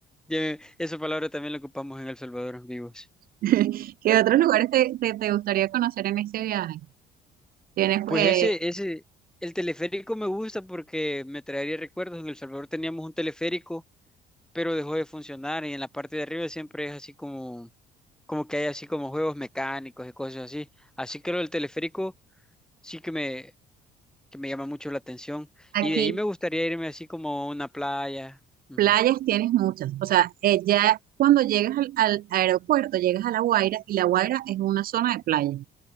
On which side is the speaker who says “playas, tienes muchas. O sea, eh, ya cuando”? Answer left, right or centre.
Right